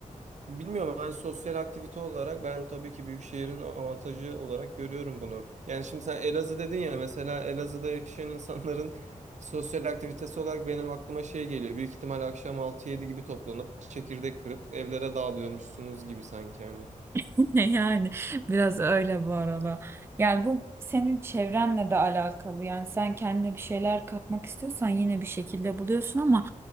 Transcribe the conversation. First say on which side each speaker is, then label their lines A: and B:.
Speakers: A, on the right; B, on the right.
A: Bilmiyorum hani sosyal aktivite olarak ben tabii ki büyük şehrin avantajı olarak görüyorum bunu. Yani şimdi sen Elazığ dedin ya mesela Elazığ'da yaşayan insanların <laughs> sosyal aktivitesi olarak benim aklıma şey geliyor. Büyük ihtimal akşam altı yedi gibi toplanıp çekirdek kırıp evlere dağılıyormuşsunuz gibi sanki hani.
B: <laughs> Yani biraz öyle bu arada. Yani bu senin çevrenle de alakalı. Yani sen kendine bir şeyler katmak istiyorsan yine bir şekilde buluyorsun ama